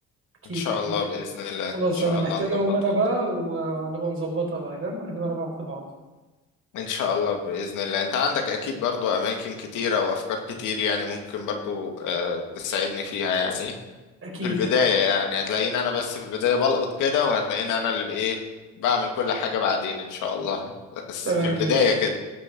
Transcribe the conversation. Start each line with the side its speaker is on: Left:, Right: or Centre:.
Right: أكيد
Left: ان شاء
Right: أكيد
Left: الله
Right: أكيد
Left: بإذن الله ان
Right: خلاص
Left: شاء
Right: أنا محتاج
Left: الله نظبطها
Right: أقوم أنا بقى ونبقى نظبطها بقى فاهم هنبقى نبعت لبعض
Left: ان شاء الله باذن الله انت عندك اكيد برضو اماكن كتيره وافكار كتير يعني ممكن برضو آه، تساعدني فيها يعني
Right: اكيد
Left: في البدايه
Right: اكيد
Left: يعني هتلاقيني انا بس في البدايه بلقط كده وهتلاقيني انا اللي بايه بعمل كل حاجه بعدين ان شاء الله بس
Right: تمام
Left: في البدايه
Right: ماشي
Left: كده